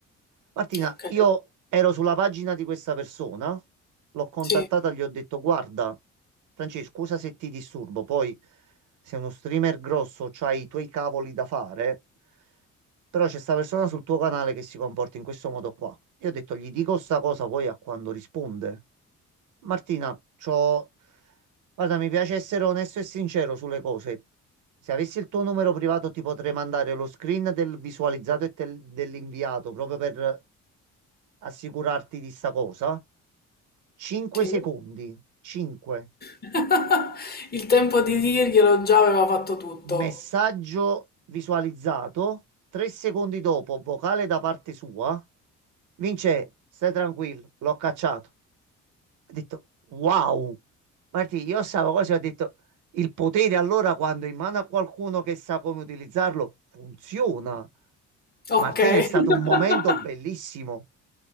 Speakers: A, on the right (about 80°); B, on the left (about 30°).
A: Martina,
B: Ok,
A: io ero sulla pagina di questa persona, l'ho contattata,
B: sì,
A: gli ho detto: Guarda, Francesco, scusa se ti disturbo, poi sei uno streamer grosso, c'hai i tuoi cavoli da fare, però c'è sta persona sul tuo canale che si comporta in questo modo qua. Io ho detto, gli dico sta cosa poi a quando risponde. Martina, c'ho... Guarda, mi piace essere onesto e sincero sulle cose. Se avessi il tuo numero privato ti potrei mandare lo screen del visualizzato e tel- dell'inviato proprio per assicurarti di sta cosa. 5
B: sì.
A: secondi. 5.
B: <laughs> Il tempo di dirglielo già aveva fatto tutto.
A: Messaggio visualizzato. Tre secondi dopo, vocale da parte sua. Vince, stai tranquillo, l'ho cacciato. Ho detto, wow. Martì, io stavo così, ho detto, il potere allora quando è in mano a qualcuno che sa come utilizzarlo, funziona.
B: Ok.
A: Martino, è stato
B: <laughs>
A: un momento bellissimo.